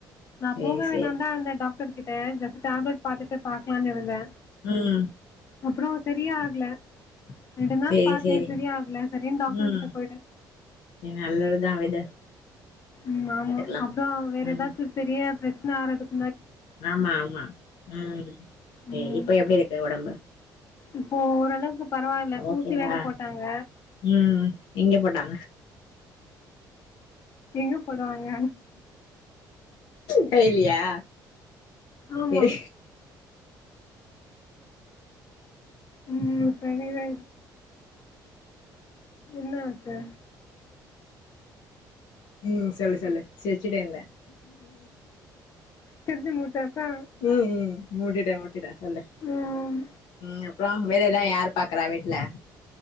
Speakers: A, on the left; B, on the left.
A: நான்
B: சேரி
A: போக வேணானுதான்
B: சேரி
A: இருந்த டாக்டர் கிட்ட ஜஸ்ட் டேப்லெட் பாத்துட்டு பாக்கலான்னு இருந்தன்
B: உம்
A: அப்புறம் சரியா ஆகல ரெண்டு நாள்
B: சேரி
A: பாத்தேன்
B: சேரி
A: சரி ஆகல சரினு டாக்டர்கிட்ட
B: ம்
A: போய்ட்டன்
B: சேரி நல்லதுதா விடு
A: ம் ஆமா
B: பாத்துக்கலா
A: அப்றோ வேற எதாச்சு
B: ம்
A: பெரிய ஏ பிரச்சன ஆறதுக்
B: ஆமா ஆமா ம் சேரி
A: ம்
B: இப்ப எப்டி இருக்கு ஒடம்பு
A: இப்போ ஓரளவுக்கு பரவால்ல
B: ஓகேவா
A: ஊசி வேற போட்டாங்க
B: ம் எங்க போட்டா
A: பியூப் போடுவாங்க
B: கைலியா
A: ஆமா
B: சேரி
A: ம் உக்ரைன்ல என்ன ஆச்சு
B: ம் சொல்லு சொல்லு சிரிச்சிட்டே இருந்தே
A: திருச்சி முத்தாசா
B: ம் ம் மூடிட்டே முட்ச்சிட்டே சொல்லு
A: ம்
B: ம் அப்றோ வேலல்லா யார் பாக்கறா வீட்ல